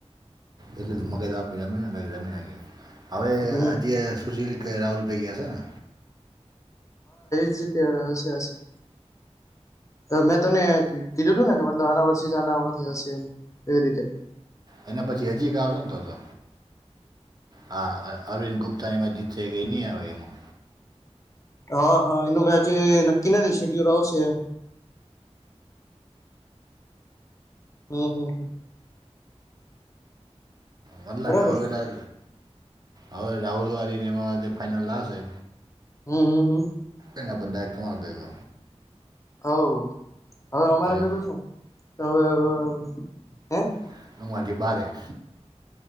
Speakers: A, on the right; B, on the left.
A: એટલેું મગજ આપ જમી જમી હ
B: હમ
A: સુીલ. કે રાહુલ ભેગયાશેને.
B: જી <unintelligible> છીયાપી. મેં તને કીધું હતું ને કે મતલબ આના વર્ષવાથી હશે એમ. એ રીતે.
A: એના પછી હજીક એક આવશો ને તોતો હા અર અરવિંદ ગુપ્તા ની માજીત. એકેઈ ની આવે એમાં.
B: હા હા એનું ત હજી નક્કી નથી. શીડ્યુલ આવશે એમ. હમ હમ હમ.
A: મંધ લાગે
B: બરાબર
A: હવે કદાચ હવે રાહુલ વારીને એમાં બઘી ફાઈનલ આવશે.
B: હમ હમ હમ.
A: એના બધા એક <unintelligible>
B: હવવ હવે અમારે
A: પછી
B: ભેગું છું હવે <unintelligible> હે.
A: <unintelligible> થી બારે.